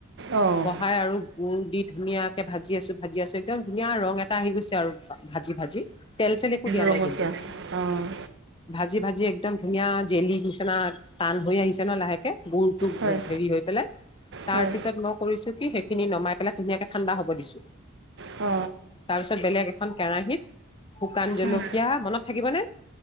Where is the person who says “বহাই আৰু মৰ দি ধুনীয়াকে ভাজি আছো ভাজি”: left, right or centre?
Left